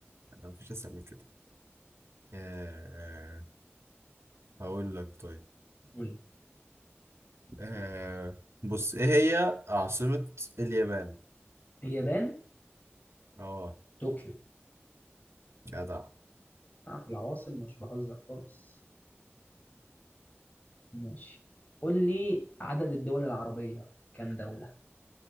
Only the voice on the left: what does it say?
قول لي
اليابان
طوكيو
أنا في العواصم مش بهزر خالص ماشي قول لي عدد الدول العربية كام دولة